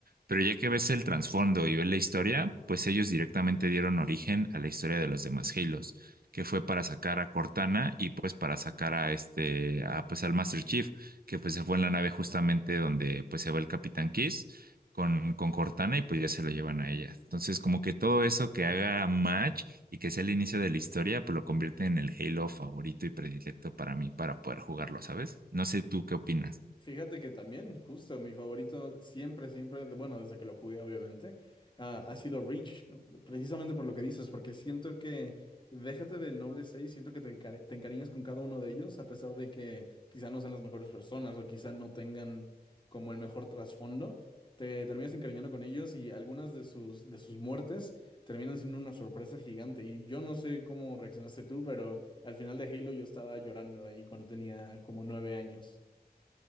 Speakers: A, on the right; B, on the left.
A: pero ya que ves el trasfondo y ves la historia, pues ellos directamente dieron origen a la historia de los demás Halos, que fue para sacar a Cortana y pues para sacar a este, a, pues al Master Chief, que pues se fue en la nave justamente donde pues se va el Capitán Kiss con, con Cortana y pues ya se lo llevan a ella. Entonces como que todo eso que haga match y que sea el inicio de la historia, pues lo convierte en el Halo favorito y predilecto para mí para poder jugarlo, ¿sabes? No sé tú qué opinas.
B: Fíjate que también, justo, mi favorito siempre, siempre, bueno, desde que lo jugué, obviamente, ah, ha sido Reach, precisamente por lo que dices, porque siento que, déjate del Noble seis siento que te, encari- te encariñas con cada uno de ellos, a pesar de que quizá no sean las mejores personas o quizá no tengan como el mejor trasfondo, te terminas encariñando con ellos y algunas de sus, de sus muertes terminan siendo una sorpresa gigante. Y yo no sé cómo reaccionaste tú, pero al final de Halo yo estaba llorando ahí cuando tenía como nueve años.